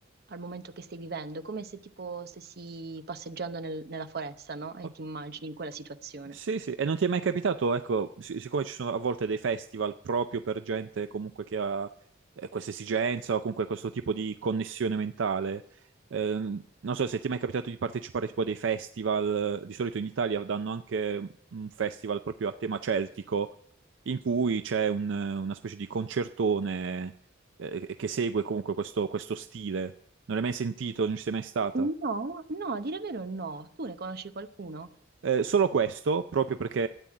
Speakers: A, on the right; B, on the right.
A: al momento che stai vivendo, come se tipo stessi passeggiando nel- nella foresta, no? E
B: Ok.
A: ti immagini in quella situazione.
B: Sì, sì, e non ti è mai capitato, ecco, sic- siccome ci sono a volte dei festival proprio per gente comunque che ha eh, questa esigenza o comunque questo tipo di connessione mentale, ehm, non so se ti è mai capitato di partecipare tipo a dei festival, eh, di solito in Italia danno anche un festival proprio a tema celtico, in cui c'è un- una specie di concertone eh, che segue comunque questo, questo stile. Non l'hai mai sentito, non ci sei mai stata?
A: No, no, a dire vero no. Tu ne conosci qualcuno?
B: Eh, solo questo, proprio perché